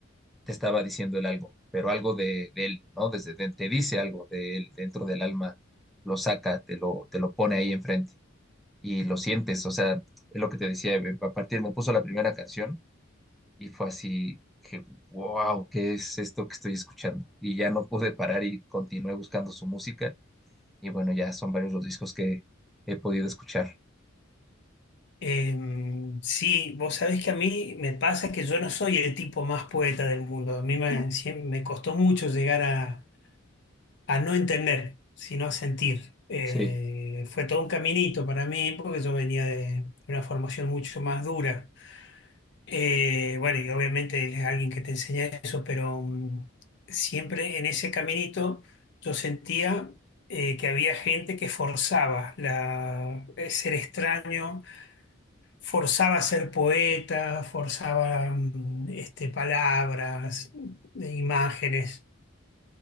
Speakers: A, in the centre; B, on the left (about 60°).
A: te estaba diciendo el algo, pero algo de, de él, ¿no? Desde de- te dice algo de él dentro del alma, lo saca, te lo, te lo pone ahí enfrente y lo sientes, o sea, es lo que te decía, eh, a partir me puso la primera canción y fue así que, wow, ¿qué es esto que estoy escuchando? Y ya no pude parar y continué buscando su música y bueno, ya son varios los discos que he podido escuchar.
B: Eh, sí, vos sabés que a mí me pasa que yo no soy el tipo más poeta del mundo. A mí me, siem- me costó mucho llegar a a no entender, sino a sentir. Eh,
A: Sí.
B: fue todo un caminito para mí porque yo venía de de una formación mucho más dura. Eh, bueno, y obviamente él es alguien que te enseña eso, pero mm, siempre en ese caminito yo sentía eh, que había gente que forzaba la, eh, ser extraño, forzaba ser poeta, forzaba mm, este, palabras, imágenes.